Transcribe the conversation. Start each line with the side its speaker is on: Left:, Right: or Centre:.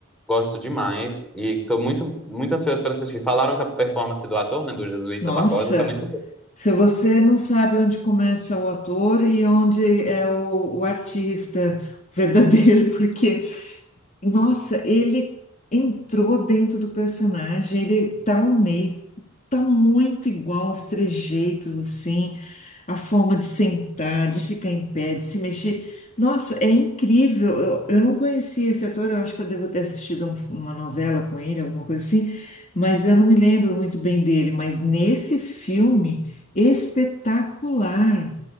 Centre: gosto demais. E tô muito, muito ansioso pra assistir. Falaram que a performance do ator, né, do Jesuíta
Left: Nossa,
Centre: Barbosa, tá muito boa.
Left: se você não sabe onde começa o ator e onde é o, o artista verdadeiro, <laughs> porque, nossa, ele entrou dentro do personagem, ele tá um meio, tá muito igual os trejeitos, assim. A forma de sentar, de ficar em pé, de se mexer. Nossa, é incrível. Eu, eu não conhecia esse ator, eu acho que eu devo ter assistido um- uma novela com ele, alguma coisa assim, mas eu não me lembro muito bem dele. Mas nesse filme, espetacular.